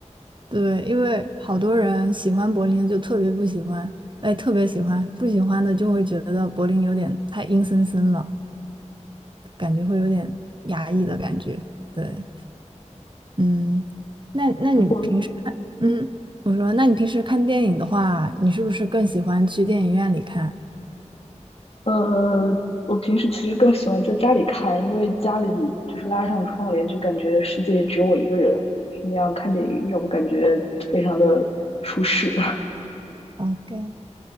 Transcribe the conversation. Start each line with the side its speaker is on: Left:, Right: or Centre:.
Right: 对，因为好多人喜欢柏林的就特别不喜欢，哎，特别喜欢，不喜欢的就会觉得柏林有点太阴森森了，感觉会有点压抑的感觉。对，嗯，那那你平时看，
Left: 就柏
Right: 嗯，我说，那你平时看电影的话，你是不是更喜欢去电影院里看
Left: 呃，我平时其实更喜欢在家里看，因为家里就是拉上窗帘，就感觉世界只有我一个人，就那样看电影让我感觉非常的舒适。<laughs>
Right: ？OK，